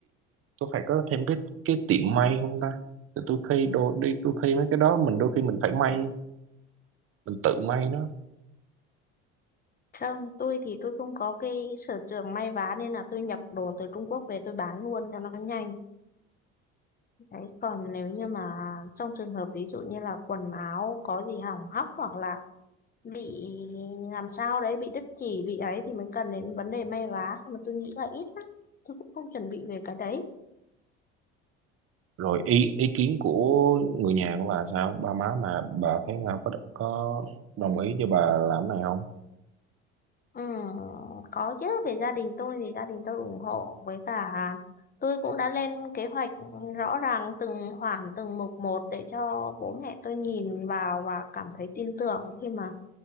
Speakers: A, on the right (about 45°); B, on the left (about 30°).
A: có phải có thêm cái cái tiệm may không ta Thì tôi khi đôi đi tôi khi mấy cái đó mình đôi khi mình phải may mình tự may nó
B: không, tôi thì tôi không có cái sở trường may vá nên là tôi nhập đồ từ Trung Quốc về tôi bán luôn cho nó nhanh. Đấy, còn nếu như mà trong trường hợp ví dụ như là quần áo có gì hỏng hóc hoặc là bị làm sao đấy bị đứt chỉ bị ấy thì mới cần đến vấn đề may vá nhưng mà tôi nghĩ là ít lắm tôi cũng không chuẩn bị về cái đấy
A: rồi ý ý kiến của người nhà của bà sao ba má mà bà thấy sao có có đồng ý cho bà làm cái này không
B: ừ, có chứ về gia đình tôi thì gia đình tôi ủng hộ với cả tôi cũng đã lên kế hoạch rõ ràng từng khoản từng mục một để cho bố mẹ tôi nhìn vào và cảm thấy tin tưởng khi mà